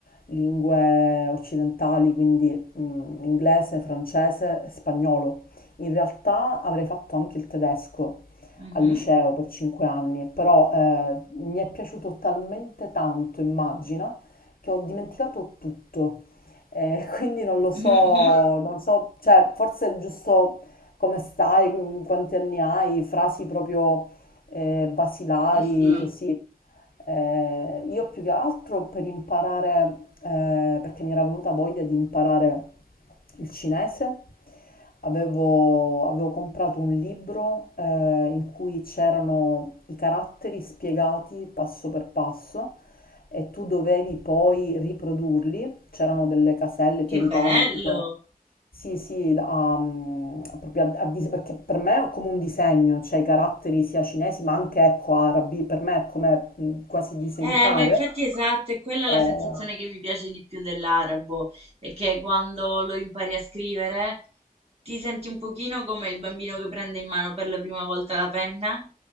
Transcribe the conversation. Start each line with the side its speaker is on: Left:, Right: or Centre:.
Left: lingue occidentali, quindi mm, inglese, francese, spagnolo. In realtà avrei fatto anche il tedesco
Right: mhm,
Left: al liceo per cinque anni, però eh, mi è piaciuto talmente tanto, immagina, che ho dimenticato tutto. Eh, <laughs> quindi non lo so,
Right: mhm, mhm.
Left: non so, cioè forse è giusto come stai, quanti anni hai, frasi proprio eh, basilari,
Right: Sì, sì,
Left: così. Eh, io più che altro per imparare, eh, perché mi era venuta voglia di imparare il cinese, avevo, avevo comprato un libro eh, in cui c'erano i caratteri spiegati passo per passo e tu dovevi poi riprodurli, c'erano delle caselle, ti
Right: che
Left: aiutavano
Right: bello!
Left: tipo... Sì, sì, la- um, proprio a, a dis- perché per me è come un disegno, cioè i caratteri sia cinesi ma anche ecco, arabi, per me è come mh, quasi disegnare.
Right: Eh, ma infatti esatto, è quella la
Left: Eh,
Right: sensazione che mi piace di più dell'arabo, è che quando lo impari a scrivere ti senti un pochino come il bambino che prende in mano per la prima volta la penna,